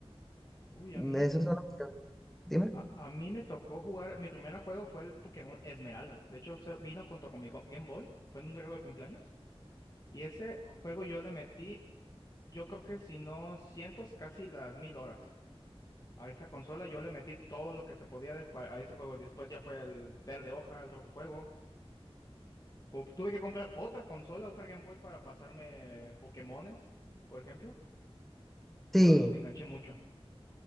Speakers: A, on the left; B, in the centre.
A: Uy, a mí,
B: Esos son los que... Dime.
A: a, a mí me tocó jugar, mi primer juego fue el Pokémon Esmeralda. De hecho, se vino junto con mi Go- Game Boy, fue en un regalo de cumpleaños. Y ese juego yo le metí Yo creo que si no cientos, casi las mil horas. A esa consola yo le metí todo lo que se podía de jugar a ese juego. Después ya fue el verde hoja, el rojo fuego. Co- Tuve que comprar otra consola, otra Game Boy para pasarme Pokémones, por ejemplo. Yo
B: Sí,
A: s- me enganché mucho.